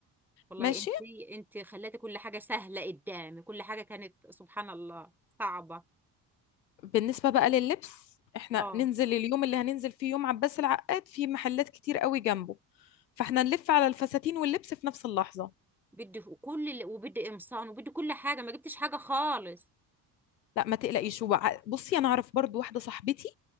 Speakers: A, in the centre; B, on the left.
A: والله
B: ماشي
A: انت انت خلاتي كل حاجة سهلة قدامي كل حاجة كانت سبحان الله صعبة
B: بالنسبة بقى لللبس احنا
A: اه
B: ننزل اليوم اللي هننزل فيه يوم عباس العقاد في محلات كتير قوي جنبه فاحنا نلف على الفساتين واللبس في نفس اللحظة
A: بدي ف- كل ال- وبدي قمصان وبدي كل حاجة ما جبتش حاجة خالص
B: لا ما تقلقيش وبع- بصي انا اعرف برضو واحدة صاحبتي